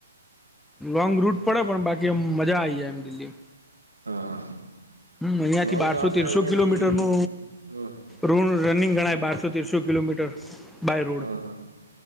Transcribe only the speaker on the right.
હા હા
લોંગ
તો આપડે
અહિયાં
થી
હ
હા હા